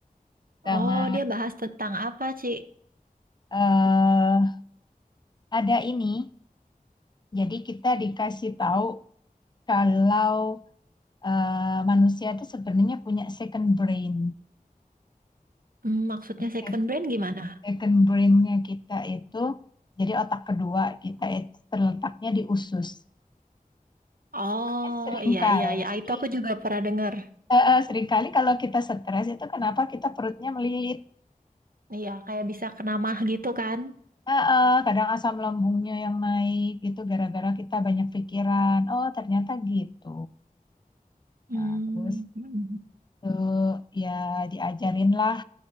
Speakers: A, on the left (about 30°); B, on the right (about 70°).
A: sama
B: oh dia bahas tentang apa Ci?
A: eh ada ini. Jadi kita dikasih tahu kalau eh, manusia itu sebenarnya punya second brain.
B: Hmm, maksudnya second
A: Jadi
B: brand gimana?
A: Second brain-nya kita itu, jadi otak kedua kita itu terletaknya di usus.
B: Oh
A: Makanya seringkali,
B: iya iya iya Ah, itu aku juga pernah dengar.
A: eh, eh, seringkali kalau kita stres itu kenapa kita perutnya melilit.
B: Iya kayak bisa kenamah gitu kan?
A: Eh, eh, kadang asam lambungnya yang naik gitu gara-gara kita banyak pikiran. Oh, ternyata gitu.
B: Hmm.
A: Nah, terus
B: mm-mm.
A: tuh ya diajarin lah